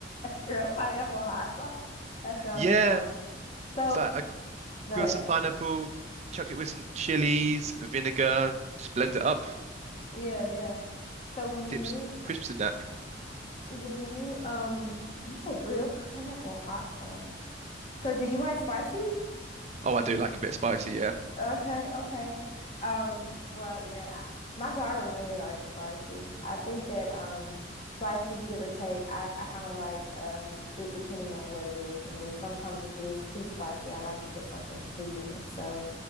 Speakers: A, on the left; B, on the right.
A: Girl, <laughs> pineapple hot sauce. That sounds
B: Yeah.
A: wild. So
B: It's like I
A: good.
B: grilled some pineapple, chucked it with some chilies, vinegar, just blend it up.
A: Yeah, yeah. So when
B: dip
A: you
B: some crisps in that.
A: when you um you said grilled <laughs> pineapple hot sauce. So do you like spicy?
B: Oh, I do like a bit of spicy, yeah.
A: Okay, okay. Um, well, yeah, I- my daughter really likes spicy. I think that um spicy, give or take, I, I kind of like um it depending on what it is. And then sometimes if it is too spicy, I like to put something sweet in it. So